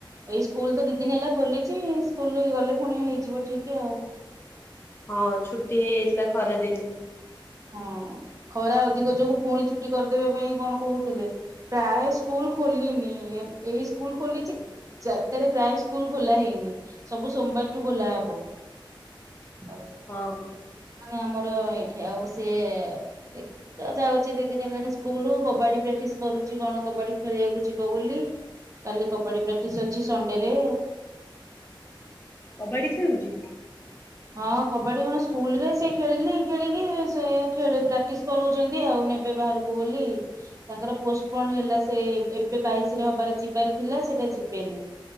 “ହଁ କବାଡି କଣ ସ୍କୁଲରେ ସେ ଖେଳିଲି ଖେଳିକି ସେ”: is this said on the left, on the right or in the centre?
Right